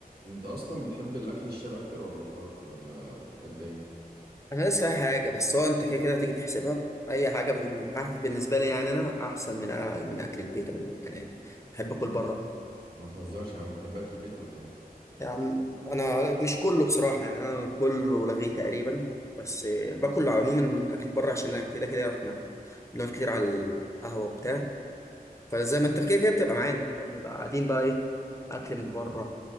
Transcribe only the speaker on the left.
انا لسه اي حاجه بس هو انت كده كده هتيجي تحسبها اي حاجه من أح... بالنسبه لي يعني انا احسن من أ... من اكل البيت عموما يعني بحب اكل بره
يعني انا مش كله بصراحه يعني انا كله لغيه تقريبا بس باكل عموما اكل بره عشان انا كده كده احنا بنقعد كتير على القهوه وبتاع فزي ما انت كده كده بتبقى معانا فبنبقى قاعدين بقى ايه اكل من بره